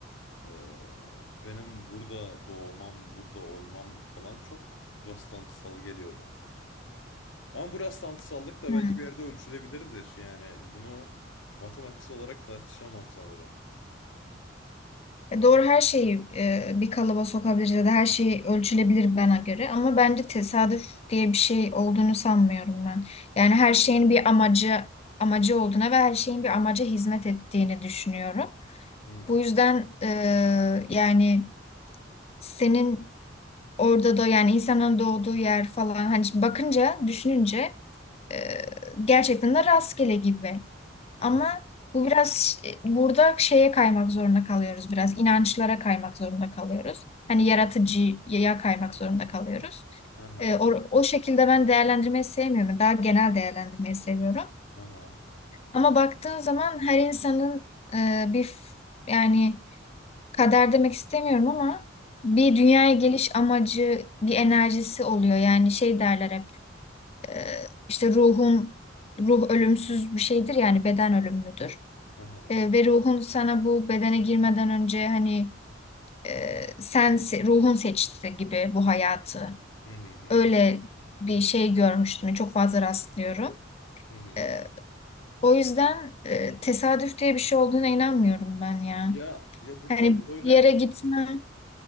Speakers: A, on the left; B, on the left.
A: Ee, benim burada doğmam, burada olmam falan çok rastlantısal geliyor bana. Ama bu rastlantısallık da
B: Hı.
A: belki bir yerde ölçülebilirdir. Yani bunu matematiksel olarak tartışamam sanırım.
B: E, Doğru her şeyi e, bir kalıba sokabiliriz ya da her şey ölçülebilir bana göre ama bence tesadüf diye bir şey olduğunu sanmıyorum ben. Yani her şeyin bir amacı amacı olduğuna ve her şeyin bir amaca hizmet ettiğini düşünüyorum.
A: Hmm.
B: Bu yüzden e, yani senin orada da yani insanın doğduğu yer falan hani bakınca düşününce e, gerçekten de rastgele gibi.
A: Hı
B: Ama
A: hı.
B: bu biraz e, burada şeye kaymak zorunda kalıyoruz biraz. inançlara kaymak zorunda kalıyoruz. Hani yaratıcıya kaymak zorunda kalıyoruz.
A: Aha.
B: E, o, o şekilde ben değerlendirmeyi sevmiyorum. Daha genel değerlendirmeyi seviyorum.
A: Aha.
B: Ama baktığın zaman her insanın e, bir f- yani kader demek istemiyorum ama bir dünyaya geliş amacı, bir enerjisi oluyor. Yani şey derler hep e, işte ruhun ruh ölümsüz bir şeydir yani beden ölümlüdür.
A: Aha.
B: E, ve ruhun sana bu bedene girmeden önce hani e, sen se- ruhun seçti gibi bu hayatı.
A: Hı hı hı.
B: Öyle bir şey görmüştüm. Çok fazla rastlıyorum.
A: Hı hı.
B: E, o yüzden e, tesadüf diye bir şey olduğuna inanmıyorum ben ya.
A: Ya ya buradan
B: Hani
A: böyle
B: bir yere gitme.